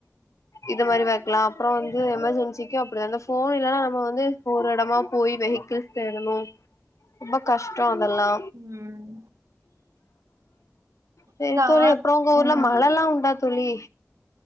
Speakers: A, on the left (about 75°); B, on the right (about 85°).
A: இத மாதிரி வக்கலாம் அப்றோ வந்து எமர்ஜென்சிக்கு அப்டி வந்து ஃபோன் இல்லன்னா நம்ம வந்து ஒரு எடமா போயி வெஹிக்கிள்ஸ் தேடணு ரொம்ப கஷ்டோ அதெல்லா
B: ம்
A: செரித்
B: இந்த
A: தோழி
B: ஆ
A: அப்றோ உங்க ஊர்ல
B: ம்
A: மழல்லா உண்டா தோழி